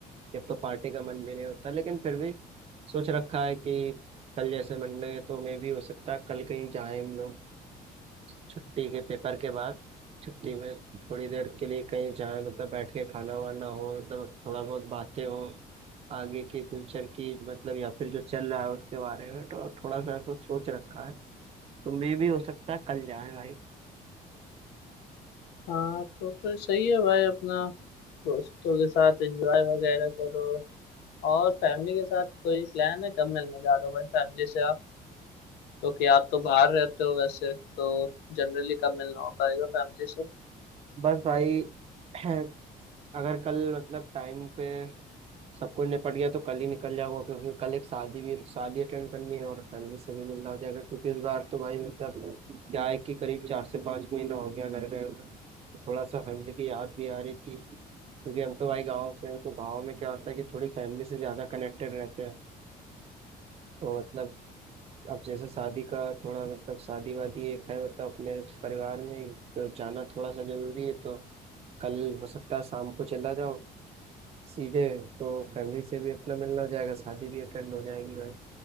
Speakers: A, on the right; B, on the left.
A: जब तो पार्टी का मन भी नहीं होता लेकिन फिर भी सोच रखा है कि कल जैसे मंडे है तो मे भी हो सकता है कल कहीं जाए हम लोग छुट्टी के पेपर के बाद छुट्टी में थोड़ी देर के लिए कहीं जाए मतलब बैठ के खाना वाना हो मतलब थोड़ा बहुत बातें हो आगे के फ्यूचर की मतलब या फिर जो चल रहा है उसके बारे में तो थोड़ा सा ऐसा सोच रखा है तो मे भी हो सकता है कल जाए भाई
B: हाँ तो फिर सही है भाई अपना दोस्तों के साथ एंजॉय वगैरह करो और फैमिली के साथ कोई प्लान है कब मिलने जा रहे हो भाई फैमिली से आप क्योंकि आप तो बाहर रहते हो वैसे तो जनरली कब मिलना हो पाएगा फैमिली से
A: बस भाई <clears throat> अगर कल मतलब टाइम पे सब कुछ निपट गया तो कल ही निकल जाऊंगा क्योंकि कल एक शादी भी है तो शादी अटेंड करनी है और फैमिली से भी मिलना हो जाएगा क्योंकि इस बार तो भाई मतलब क्या है कि करीब चार से पाँच महीना हो गया घर गए हुए तो थोड़ा सा फैमिली की याद भी आ रही थी क्योंकि हम तो भाई गाँव से हैं तो गाँव में क्या होता है कि थोड़ी फैमिली से ज़्यादा कनेक्टेड रहते हैं तो मतलब अब जैसे शादी का थोड़ा मतलब शादी वादी एक है मतलब अपने परिवार में ही, तो जाना थोड़ा सा जरूरी है तो कल हो सकता है शाम को चला जाओ सीधे तो फैमिली से भी अपना मिलना हो जाएगा शादी भी अटेंड हो जाएगी भाई